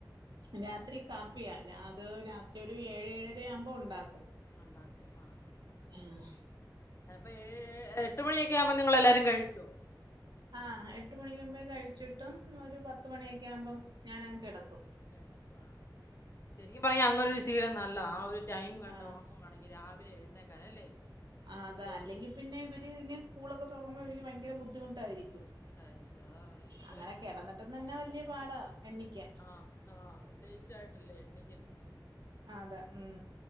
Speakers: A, on the right (about 65°); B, on the left (about 35°).
A: രാത്രി കാപ്പിയ രാത് രാത്രി ഒരു ഏഴ് ഏഴരയാവുമ്പോ ഉണ്ടാക്കും.
B: ഒണ്ടാക്കും വാ ഹ
A: ആഹ്
B: അപ്പേ ഏഏഏഎട്ട് മണിയെക്ക്യാവ്മ്പോ നിങ്ങെളെല്ലാരും കഴിക്കോ
A: ആഹ് എട്ട് മണിക്ക്മുമ്പേ കഴിച്ചിട്ടും ഒരു പത്ത് മണിയെക്ക്യാമ്പം ഞാനങ് കെടത്തും
B: കേടത്തും ആഹ് ശെരിക്കും പർഞ്ഞാ അങ്ങ്നൊരു ശീലം ന്നല്ലാ ആ ഒര് ടൈം കണ്ടൊറ്ങ്ങും
A: ആ
B: ആണെങ്കി രാവിലെ എഴുന്നേക്കാൻ അല്ലേ
A: ആഹ്
B: കുട്ടികൾക്ക്
A: അതാ അല്ലെങ്കി പിന്നെ ഇവര് ഇനി സ്കൂളൊക്കെ തൊറക്കുമ്പോ ഇവര്ക്ക് ഭയ്ങ്കെര ബുദ്ധിമു ട്ടായിരിക്കും
B: ബുദ്ധിമുട്ടായിരിക്കും അതാ പറഞ്ഞെ ഇത്രയും
A: അങ്ങനെ കെടന്നിട്ടും
B: രണ്ട്
A: തന്നെ
B: മാസം
A: വല്ല്യപാടാ
B: ഇങ്ങനെ
A: എണ്ണിക്യാൻ
B: ആഹ് ആഹ് ലേറ്റായ്ട്ടെല്ലേ എണ്ണീക്ക്ന്ന്
A: അതാ ഉം